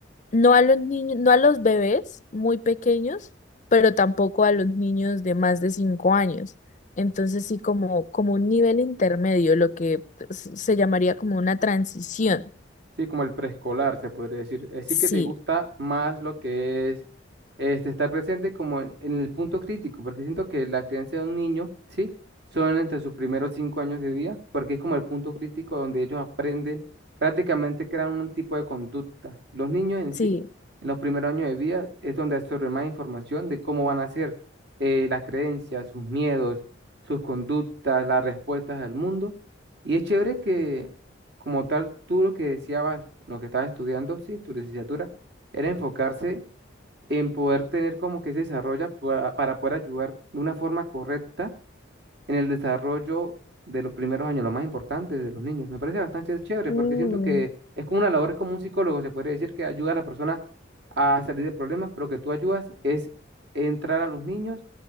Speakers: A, on the left; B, on the right.
A: no a los niños, no a los bebés muy pequeños, pero tampoco a los niños de más de cinco años. Entonces sí, como, como un nivel intermedio, lo que s- se llamaría como una transición.
B: Sí, como el preescolar, se podría decir. Así
A: Sí.
B: que te gusta más lo que es este, estar presente como en, en el punto crítico, porque siento que la crianza de un niño, ¿sí? Son entre sus primeros cinco años de vida, porque es como el punto crítico donde ellos aprenden, prácticamente crean un tipo de conducta. Los niños en sí,
A: Sí.
B: en los primeros años de vida, es donde absorben más información de cómo van a ser eh, las creencias, sus miedos, sus conductas, las respuestas al mundo. Y es chévere que como tal, tú lo que deseabas, lo que estabas estudiando, sí, tu licenciatura, era enfocarse en poder tener como que ese desarrollo para, para poder ayudar de una forma correcta en el desarrollo de los primeros años, lo más importante de los niños. Me parece bastante chévere
A: Mm,
B: porque siento que es como una labor, es como un psicólogo, se podría decir que ayuda a las personas a salir de problemas, pero que tú ayudas es entrar a los niños